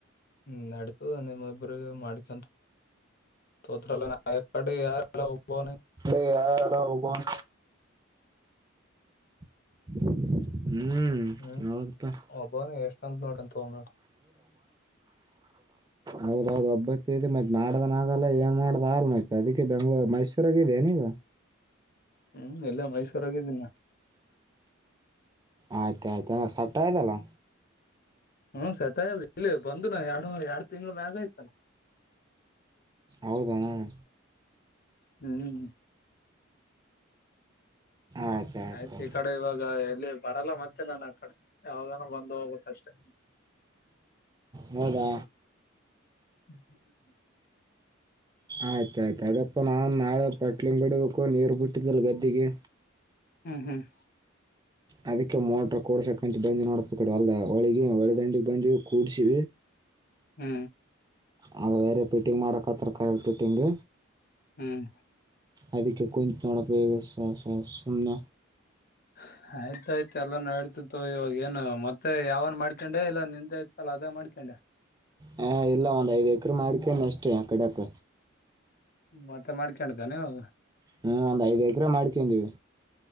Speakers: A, on the left (about 50°); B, on the right (about 20°).
A: ಹ್ಮ್ ನಡತದ ನಿಮ್ಮೊಬ್ರ ಮಾಡ್ಕಂತ. ತೋತ್ರಲ್ಲ ನ ಕಾಡೆ ಯಾರಲ್ಲ ಒಬ <inaudible>
B: ಇ ಯಾರಾರ ಹೋಗ <inaudible> <unintelligible> ಹ್ಮ್
A: ಹ್ಮ್
B: ಹೌದ್ ಪಾ.
A: ಒಬ್ಬವನೇ ಎಷ್ಟಂತ ನೋಡಂತ ಒಮ್ಮೆ <unintelligible>
B: ಹೌದೌದು ಒಬ್ಬಾಕೆ ಇದೆ ಮತ್ತ ಮಾಡ್ದನ ಆಗಲ್ಲ ಏನ್ ಮಾಡ್ದ ಆ ಮತ್ತ ಅದಕ್ಕೆ ಬೆಂಗ್ಳೂರು ಮೈ. ರಗಿದೆ ನೀಗ.
A: ಹ್ಮ್ ಇಲ್ಲ ಮೈಸೂರಾಗಿಇದೀನಿ ನಾ.
B: ಆಯ್ತಾ ಆಯ್ತ ಸೆಟ್ ಅದೀಯಾಲಾ.
A: ಹ್ಮ್ ಸೆಟ್ ಆ ಇಲ್ಲಿ ಬಂದು ನ ಎರಡು ಎರಡು ತಿಂಗಗಳ ಮ್ಯಾಗ ಆಯ್ತಲ್ಲ.
B: ಹೌದೆನ್.
A: ಹ್ಮ್.
B: ಆಯ್ತಾಯ್ತು
A: ಆಯ್ತು ಈ ಕಡೆ ಇವಾಗ ಎಲ್ಲಿ ಬರಲ್ಲ ಮತ್ತೆ ನಾನು ಆ ಕಡೆ ಯಾವಾಗಾನೂ ಬಂದು ಹೋಗ್ಬೇಕು ಅಷ್ಟೇ.
B: ಹೌದಾ.
A: ಹ್ಮ ಹ್ಮ.
B: ಆಯ್ತಾಯಯ್ತು ಅದಪ್ಪಾ ನಾನ್ ನಾಳೆ ಪಟ್ಲಿಂಗ ಬಿಡ್ಬೇಕು ನೀರು ಬಿಟ್ಟಿದ್ದಲ್ ಗದ್ದೆಗೆ.
A: ಹ್ಮ್ ಹ್ಮ್.
B: ಅದಕ್ಕೆ ಮೋಟ್ರ ಕಡ್ಸಕಂತ ಬಂದ ನೋಡ್ಬೇಕ ಕಡೆ ಅಲ್ಲ ಹೊಳಿಗೆ ಹೊಳೆ ದಂಡಿಗೆ ಬಂದಿವವಿ ಕೂಡ್ಸಿ.
A: ಹಾ.
B: ಅ ಬೇರೆ ಪಿಟ್ಟಿಂಗ್ ಮಾಡಕತ್ತಾರ ಕರೆಕ್ಟ್ ಫಿಟ್ಟಿಂಗ್.
A: ಹ್ಮ್.
B: ಅದಕ್ಕೆ ಕುಂತ ನೋಡಪಯೋಗ ಸ ಸ ಸುಮ್ನ.
A: <inaudible> ಆಯ್ತಾಯಯ್ತು ಎಲ್ಲಾ ನೋಡ್ತೇತೀ ಇವಾಗೇನು ಮತ್ತೆ ಯಾವನ ಮಾಡ್ಕೊಂಡೆ ಇಲ್ಲ ನಿಂದ ಇತಲ್ಲ ಅದೇ ಮಾಡ್ಕೊಂಡೆ.
B: ಹ ಇಲ್ಲ ಒಂದ್ ಐದ್ ಎಕರ್ ಮಾಡ್ಕೊಂಡ ಅಷ್ಟೇ ಆ ಕಡಕ್.
A: ಮತ್ತ ಮಾಡ್ಕೊಂಡ್ದಾನೆವಾಗ.
B: ಹ್ಮ್ ಒಂದ್ ಐದ್ ಎಕ್ರ ಮಾಡ್ಕೊಂಡೀವಿ.